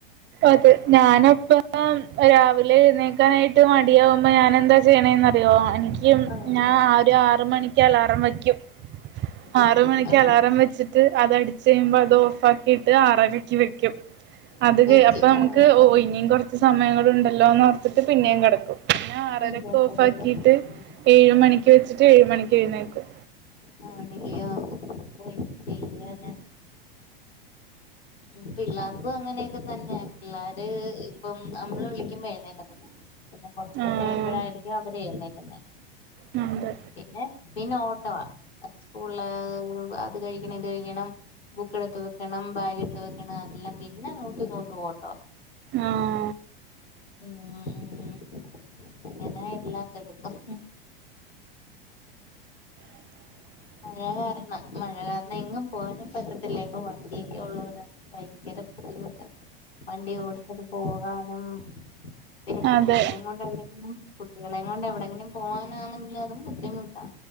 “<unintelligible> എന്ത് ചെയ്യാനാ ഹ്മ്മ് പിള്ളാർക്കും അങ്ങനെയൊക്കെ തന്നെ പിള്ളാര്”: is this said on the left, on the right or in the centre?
Left